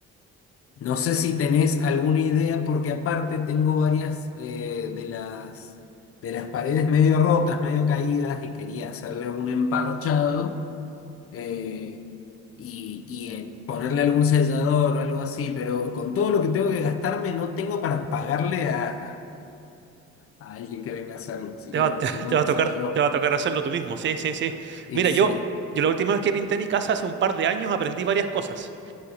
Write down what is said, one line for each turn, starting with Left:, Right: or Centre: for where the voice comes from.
Left: No sé si tenés alguna idea, porque aparte tengo varias eh, de las, de las paredes medio rotas, medio caídas, y quería hacerle un emparchado eh, y, y, eh, ponerle algún sellador o algo así, pero con todo lo que tengo que gastarme no tengo para pagarle a, a- a alguien que venga a hacerlo, así
Right: Te
Left: que
Right: va,
Left: lo
Right: te,
Left: tengo
Right: te va
Left: que
Right: a
Left: hacer
Right: tocar,
Left: yo.
Right: te va a tocar hacerlo tú mismo. Sí, sí, sí.
Left: Y
Right: Mira,
Left: sí.
Right: yo, yo la última vez que pinté mi casa hace un par de años aprendí varias cosas.